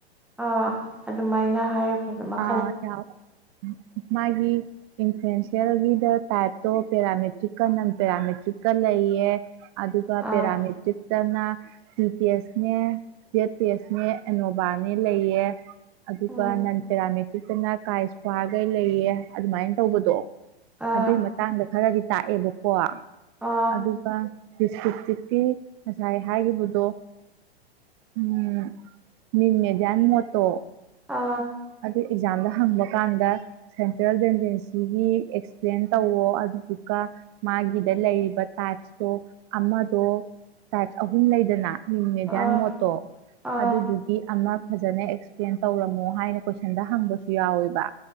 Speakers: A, in the centre; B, on the right.
A: ꯑꯥ ꯑꯗꯨꯃꯥꯏꯅ ꯍꯥꯏꯔ <unintelligible>
B: ꯑ ꯌꯥ ꯃ ꯃꯥꯒꯤ ꯏꯟꯐ꯭ꯂꯨꯌꯦꯟꯁꯤꯑꯦꯜꯒꯤꯗ ꯇꯥꯏꯞꯇꯣ ꯄꯦꯔꯥꯃꯦꯇ꯭ꯔꯤꯛꯀ ꯅꯟ ꯄꯦꯔꯥꯃꯦꯇ꯭ꯔꯤꯛꯀ ꯂꯩꯌꯦ꯫ ꯑꯗꯨꯒ
A: ꯑ
B: ꯄꯦꯔꯥꯃꯦꯇ꯭ꯔꯤꯛꯇꯅꯥ ꯇꯤ ꯇꯦꯁꯅꯦ ꯖꯦꯠ ꯇꯦꯁꯅꯦ ꯑꯦꯅꯣꯚꯥꯅꯦ ꯂꯩꯌꯦ ꯑꯗꯨꯒ
A: ꯎꯝ
B: ꯅꯟ ꯄꯦꯔꯥꯃꯤꯠ ꯇꯤꯛꯇꯅ ꯀꯥꯏ ꯏꯁꯈ꯭ꯋꯥꯒꯩ ꯂꯩꯌꯦ ꯑꯗꯨꯃꯥꯏꯟ ꯇꯧꯕꯗꯣ
A: ꯑ
B: ꯑꯗꯨꯏ ꯃꯇꯥꯡꯗ ꯈꯔꯗꯤ ꯇꯥꯛꯑꯦꯕꯀꯣ
A: ꯑ
B: ꯑꯗꯨꯒꯥ ꯗꯤꯁꯀ꯭ꯔꯤꯞꯇꯤꯚꯀꯤ ꯉꯁꯥꯏ ꯍꯥꯏꯒꯤꯕꯗꯣ ꯎꯝ ꯃꯤꯟ ꯃꯦꯗꯤꯌꯥꯟ ꯃꯣꯠ ꯇꯣ
A: ꯑ
B: ꯑꯗꯨ ꯑꯦꯛꯖꯥꯝꯗ ꯍꯪꯕ ꯀꯥꯟꯗ ꯁꯦꯟꯇ꯭ꯔꯦꯜ ꯇꯦꯟꯗꯦꯟꯁꯤꯒꯤ ꯑꯦꯛꯁꯄ꯭ꯂꯦꯟ ꯇꯧꯋꯣ ꯑꯗꯨꯗꯨꯒ ꯃꯥꯒꯤꯗ ꯂꯩꯔꯤꯕ ꯇꯥꯏꯞꯁꯇꯣ ꯑꯃꯗꯣ ꯇꯥꯏꯞꯁ ꯑꯍꯨꯝ ꯂꯩꯗꯅꯥ? ꯃꯤꯟ ꯃꯦꯗꯥꯟ
A: ꯑ
B: ꯃꯣꯠꯇꯣ
A: ꯑ
B: ꯑꯗꯨꯗꯨꯒꯤ ꯑꯃ ꯐꯖꯅ ꯑꯦꯛꯁꯄ꯭ꯂꯦꯟ ꯇꯧꯔꯝꯃꯣ ꯍꯥꯏꯅ ꯀꯣꯏꯁꯟꯗ ꯍꯪꯕꯁꯨ ꯌꯥꯎꯋꯦꯕ